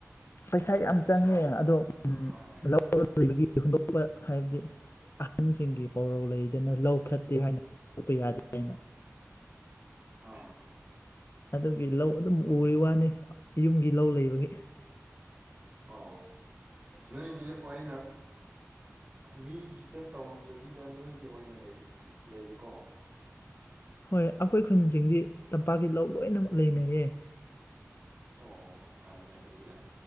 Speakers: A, on the left; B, on the right.
A: ꯄꯩꯁꯥ ꯌꯥꯝ
B: ꯄꯩꯁꯥꯗꯤ
A: ꯆꯪꯉꯦ ꯑꯗꯣ
B: ꯍꯣꯏ
A: ꯂꯧ ꯂꯩꯕꯒꯤ ꯍꯨꯟꯗꯣꯛꯄ ꯍꯥꯏꯕꯗꯤ ꯑꯍꯟꯁꯤꯡꯒꯤ ꯄꯥꯎꯔꯧ ꯂꯩꯗꯅ ꯂꯧ ꯐꯠꯇꯦ ꯍꯥꯏꯅ ꯂꯧꯣꯛꯄ ꯌꯥꯗꯦ ꯑꯩꯅ
B: ꯑꯥ
A: ꯑꯗꯨꯒꯤ ꯂꯧ ꯑꯗꯨꯝ ꯎꯔꯤ ꯋꯥꯅꯤ ꯌꯨꯝꯒꯤ ꯂꯧ ꯂꯩꯕꯒꯤ
B: ꯑ ꯅꯣꯏꯒꯤ ꯑꯣꯏꯅ ꯃꯤꯒꯤꯗ ꯇꯧꯗꯕꯤꯗ ꯅꯣꯏꯒꯤ ꯑꯣꯏꯅꯔꯤ ꯂꯩꯔꯤꯀꯣ
A: ꯍꯣꯏ ꯑꯩꯈꯣꯏ ꯈꯨꯟꯁꯤꯡꯗꯤ ꯇꯝꯄꯥꯛꯀꯤ ꯂꯧ ꯂꯣꯏꯅꯃꯛ ꯂꯩꯅꯩꯌꯦ
B: ꯑꯣ ꯑꯣ ꯑꯣ ꯐꯥꯏꯅꯦ ꯑꯗꯨꯗꯤ